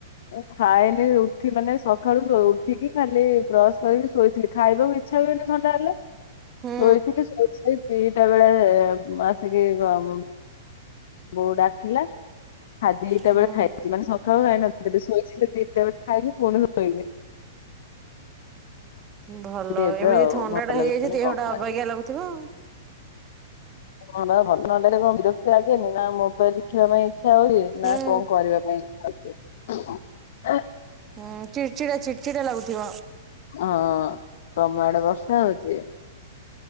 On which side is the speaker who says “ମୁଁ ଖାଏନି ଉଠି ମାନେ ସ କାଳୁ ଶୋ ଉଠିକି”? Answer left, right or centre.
Left